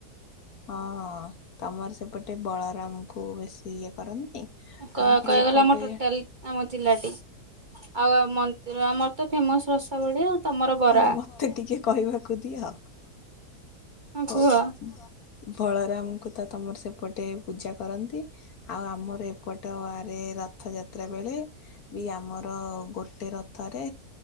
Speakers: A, on the left; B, on the right.
A: ହଁ ହଁ। ତମର ସେପଟେ ବଳରାମ ଙ୍କୁ ବେଶୀ ଇଏ କରନ୍ତି?
B: କ
A: ଆମର
B: କହିବାକୁ
A: ଏପଟେ
B: ଗଲେ ଆମର ଟୋଟାଲ୍ ଆମ ଜିଲ୍ଲାଟି। ଆଉ ମନ୍ଦିର ଆମର ତ ଫେମସ୍ ରସାବଳୀ ଆଉ। ତମର ବରା
A: ହଉ ମତେ ଟିକେ କହିବାକୁ ଦିଅ।
B: ହଁ
A: ହଉ।
B: କୁହ
A: ବଳରାମଙ୍କୁ ତ ତମର ସେପଟେ ପୂଜା କରନ୍ତି। ଆଉ ଆମର ଏପଟଆରେ ରଥଯାତ୍ରା ବେଳେ ବି ଆମର ଗୋଟେ ରଥରେ